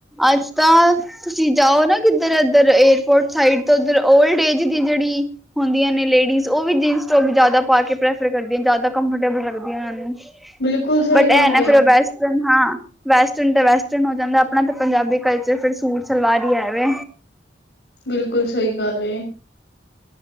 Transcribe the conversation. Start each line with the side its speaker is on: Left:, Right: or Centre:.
Centre: ਅੱਜ ਤਕ ਤੁਸੀਂ ਜਾਓ ਨਾ ਕਿੱਧਰ ਇੱਧਰ ਏਅਰਪੋਰਟ ਸਾਈਡ ਤੋਂ ਉੱਧਰ ਓਲਡ ਏਜ ਦੀ ਜਿਹੜੀ ਹੁੰਦੀਆਂ ਨੇ ਲੇਡੀਜ਼ ਉਹ ਵੀ ਜੀਨਸ ਟੋਪ ਵੀ ਜ਼ਿਆਦਾ ਪਾ ਕੇ ਪ੍ਰੈਫਰ ਕਰਦੀਆਂ ਜ਼ਿਆਦਾ ਕੰਫਰਟੇਬਲ ਲੱਗਦੀਆਂ ਨੂੰ
Left: ਬਿਲਕੁਲ ਸਹੀ
Centre: ਬਟ
Left: ਗੱਲ
Centre: ਇਹ ਨਾ
Left: ਏ
Centre: ਫੇਰ ਬੈਸ ਹਾਂ ਵੈਸਟਰਨ ਤਾਂ ਵੈਸਟਰਨ ਹੋ ਜਾਂਦਾ ਆਪਣਾ ਤਾਂ ਪੰਜਾਬੀ ਕਲਚਰ ਫਿਰ ਸੂਟ ਸਲਵਾਰ ਹੀ ਹੈ ਵੇ।
Left: ਬਿਲਕੁਲ ਸਹੀ ਗੱਲ ਏ।